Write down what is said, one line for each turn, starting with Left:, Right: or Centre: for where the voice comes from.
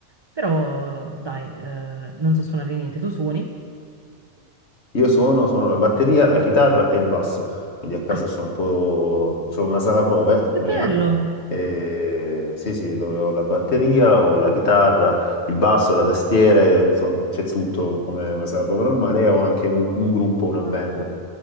Right: Però dai, eh, non so suonare niente. Tu suoni?
Left: Io suono, suono la batteria, la chitarra e il basso, quindi a casa
Right: Ah,
Left: c'ho un po', c'ho una sala prove
Right: che
Left: mia,
Right: bello!
Left: eh, sì sì, dove ho la batteria, ho la chitarra, il basso, la tastiera, eh, insomma c'è tutto come una sala prove normale, e ho anche un, un gruppo, una
Right: Ah,
Left: band,